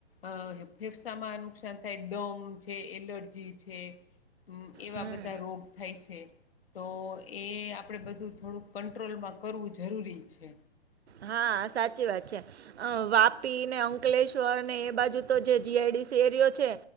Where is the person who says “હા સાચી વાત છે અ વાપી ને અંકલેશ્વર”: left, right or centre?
Right